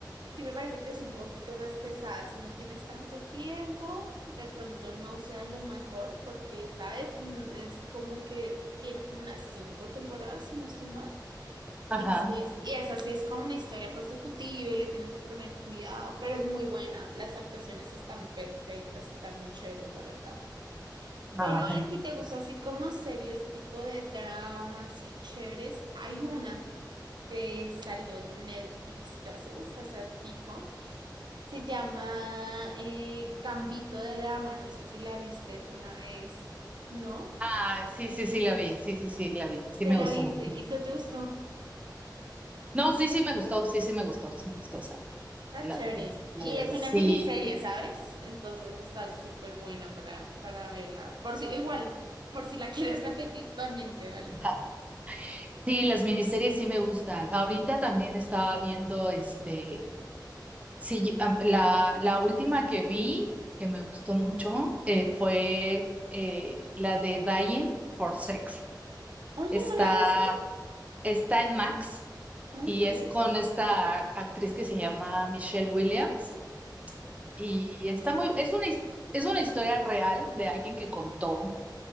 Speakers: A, on the right (about 70°); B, on the right (about 20°).
A: sí me parece que es un poquito más pesada. Si no tienes tanto tiempo, de pronto no sea lo mejor, porque, ¿sabes? Mm, Es como que tiene como unas cinco temporadas, si no estoy mal.
B: Ajá.
A: Y, sí es, y esa sí es como una historia consecutiva y le tienes que poner cuidado, pero es muy buena. Las actuaciones están perfectas, están muy chéveres, la verdad. Pero
B: Ay.
A: en si te gusta así como series tipo de dramas y chéveres, hay una que salió en Netflix ya hace, uff, hace hartico. Se llama eh, Gambito de Dama, no sé si la viste alguna vez, ¿no?
B: Ay, sí, sí, sí la vi, sí, sí, sí la vi, sí
A: ¿Te
B: me
A: la
B: gustó
A: viste
B: mucho.
A: y no te gustó?
B: No, sí, sí me gustó, sí, sí me gustó, sí me gustó esa.
A: Está
B: La,
A: chévere.
B: este,
A: Y es
B: sí.
A: una miniserie, ¿sabes? Entonces está súper buena para, para verla. Por si, igual, por si la <laughs> quieres repetir, también se vale.
B: <laughs> Sí, las miniseries sí me gustan. Ahorita también estaba viendo este, sí, yo- am- la, la última que vi, que me gustó mucho, eh, fue eh, la de Dying for Sex.
A: Oye,
B: Está,
A: ¿no la he visto?
B: está en Max
A: Okay.
B: y es con esta actriz que se llama Michelle Williams y está muy, es una, his- es una historia real de alguien que contó